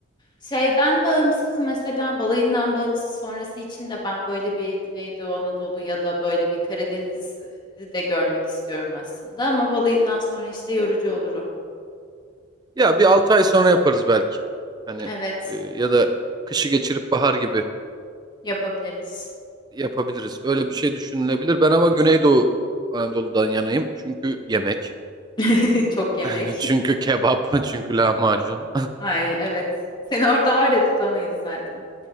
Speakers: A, on the left; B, on the right.
A: Şeyden bağımsız mesela balayından bağımsız sonrası için de ben böyle bir Güneydoğu Anadolu ya da böyle bir Karadeniz'i de görmek istiyorum aslında ama balayından sonra işte yorucu olur o.
B: Ya bir 6 ay sonra yaparız belki. Hani
A: Evet,
B: e, ya da kışı geçirip bahar gibi
A: yapabiliriz.
B: yapabiliriz. Öyle bir şey düşünülebilir. Ben ama Güneydoğu Anadolu'dan yanayım. Çünkü yemek,
A: <laughs> Çok yemek.
B: <laughs> çünkü kebap, <laughs> çünkü lahmacun.
A: <laughs> Ay evet. Seni orada var ya tutamayız zaten.